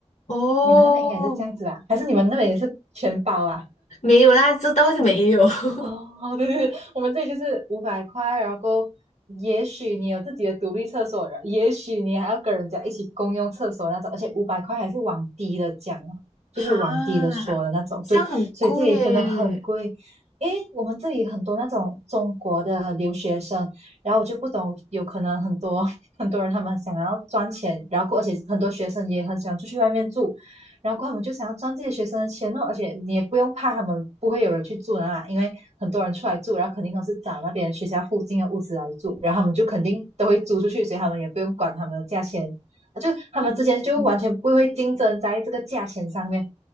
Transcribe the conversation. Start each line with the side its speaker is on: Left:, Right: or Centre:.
Left: 哦，
Right: 你们那边应该是这样子吧？还是你们那边也是全包啊？
Left: 没有啦，这倒是没有。<laughs>
Right: 哦，对对对，我们这里就是五百块，然后也许你有自己的独立厕所，也许你还要跟人家一起共用厕所那种，而且五百块还是往低的讲哦，
Left: 哈，
Right: 就是往低的说的那种，
Left: 这样很贵耶。
Right: 对，所以这里真的很贵，因为我们这里很多那种中国的留学生，然后我就不懂，有可能很多 <laughs> 很多人他们想要赚钱，然后而且很多学生也很喜欢出去外面住，然后他们就想要赚这些学生的钱哦，而且你也不用怕他们不会有人去住那啦，因为很多人出来住，然后肯定都是找那边学校附近的屋子来住，然后他们就肯定都会租出去，所以他们也不用管他们的价钱，就他们之间就完全不会竞争在这个价钱上面，
Left: 嗯，